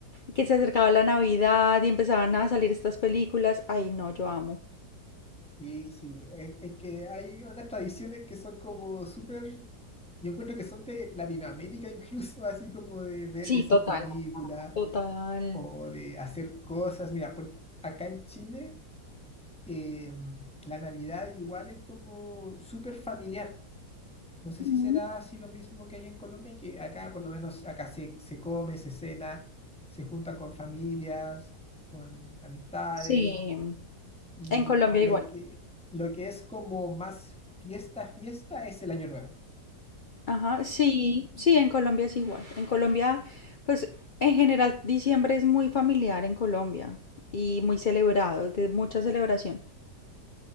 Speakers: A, on the left; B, in the centre.
A: que se acercaba la Navidad y empezaban a salir estas películas. Ay, no, yo amo.
B: Sí, sí, es, es que hay unas tradiciones que son como súper, yo encuentro que son de Latinoamérica incluso, <laughs> así como de ver
A: Sí,
B: esas
A: total.
B: películas
A: Total.
B: o de hacer cosas. Mira, por, acá en Chile eh, la Navidad igual es como súper familiar. No sé
A: Ujú.
B: si será así lo mismo que hay en Colombia, que acá por lo menos acá se, se come, se cena, se junta con familias, con amistades.
A: Sí.
B: Y
A: En Colombia
B: lo
A: igual.
B: que, lo que es como más fiesta, fiesta es el Año Nuevo.
A: Ajá, sí, sí, en Colombia es igual. En Colombia, pues en general diciembre es muy familiar en Colombia y muy celebrado, de mucha celebración.